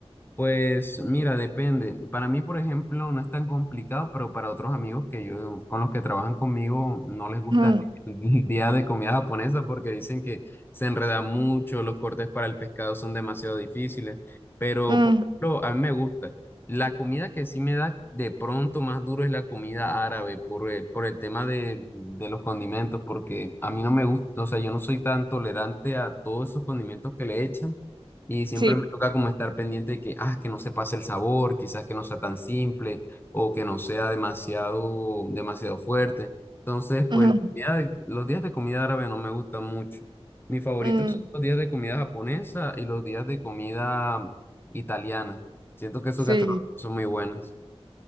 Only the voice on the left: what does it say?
Pues mira, depende. Para mí, por ejemplo, no es tan complicado, pero para otros amigos que yo, con los que trabajan conmigo, no les gusta
el <laughs> día de comida japonesa porque dicen que se enreda mucho, los cortes para el pescado son demasiado difíciles. Pero,
por ejemplo, a mí me gusta. La comida que sí me da de pronto más duro es la comida árabe por el, por el tema de, de los condimentos, porque a mí no me gusta, o sea, yo no soy tan tolerante a todos esos condimentos que le echan. Y siempre
me toca como estar pendiente de que, ah, que no se pase el sabor, quizás que no sea tan simple o que no sea demasiado, demasiado fuerte. Entonces,
pues los días de, los días de comida árabe no me gustan mucho. Mis favoritos
son los días de comida japonesa y los días de comida italiana. Siento que esos
gastronomías son muy buenos.